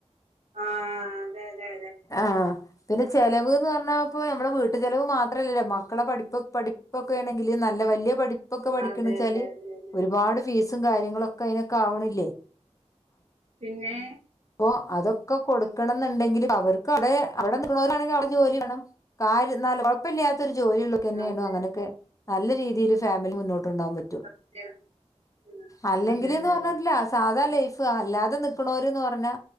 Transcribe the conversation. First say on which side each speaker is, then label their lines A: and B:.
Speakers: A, on the right; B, on the left.
A: ആ അതെ അതെ
B: ആഹ് പിന്നെ ചെലവ്ന്ന് പറഞ്ഞാൽ പ്പോ നമ്മളുടെ വീട്ടു ചിലവ് മാത്രമല്ലല്ലോ മക്കളെ പഠിപ്പ് പഠിപ്പൊക്കെ ആണെങ്കിൽ നല്ല വല്യ പഠിപ്പൊക്കെ പഠിക്കണ്ച്ചാല്
A: അതെ അതെ അതെ അതെ അതെ
B: ഒരുപാട് ഫീസ് കാര്യങ്ങളൊക്കെ അയ്നൊക്കാവ്ണില്ലേ
A: പിന്നേ
B: അപ്പോ അതൊക്കെ കൊടുക്കണംന്നുണ്ടെങ്കില് അവർക്ക് അവിടെ അവിടെ നിക്ക്ണോലാണെങ്കില് അവിടെ ജോലി വാണം ര്യം ന്നാലും കൊഴപ്പില്ലാത്തൊരു ജോലി ഉള്ളോൽക്കെന്നേണ്
A: അതെ
B: അങ്ങനെയൊക്കെ നല്ല രീതിയില് ഫാമിലി മുന്നോട്ട് ട്ട് കൊണ്ടോവാൻ പറ്റു
A: സത്യം ഉം.
B: അല്ലെങ്കില്ന്ന്
A: അതെ അതെ
B: പറഞ്ഞാ സാധാ ലൈഫ് അല്ലാതെ നിക്ക്‌ണോര്ന്ന് പറഞ്ഞാ